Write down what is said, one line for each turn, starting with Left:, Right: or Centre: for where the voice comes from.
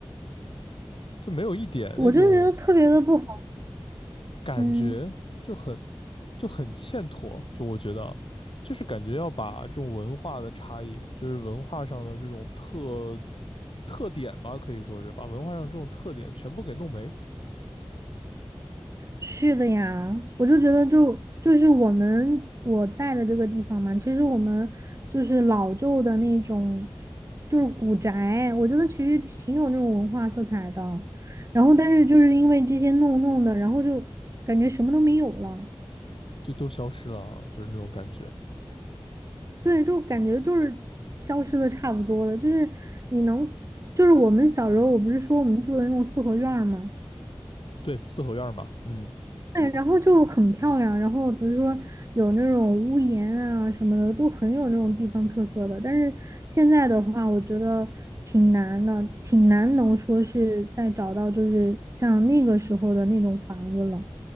Left: 就没有一点那种
Right: 我就觉得特别的不好。
Left: 感觉，
Right: 嗯。
Left: 就很就很欠妥，就我觉得啊就是感觉要把这种文化的差异，就是文化上的这种特特点吧，可以说是把文化上的这种特点全部给弄没，
Right: 是的呀，我就觉得就就是我们我在的这个地方嘛，其实我们就是老旧的那种，就是古宅，我觉得其实挺有那种文化色彩的。然后，但是就是因为这些弄弄的，然后就感觉什么都没有了。
Left: 就都消失了啊，就是那种感觉。
Right: 对，就感觉就是消失的差不多了。就是你能，就是我们小时候，我不是说我们住的那种四合院儿嘛。
Left: 对，四合院儿嘛，嗯。
Right: 对，然后就很漂亮，然后比如说有那种屋檐啊什么的，都很有那种地方特色的。但是现在的话，我觉得挺难的，挺难能说是再找到就是像那个时候的那种房子了，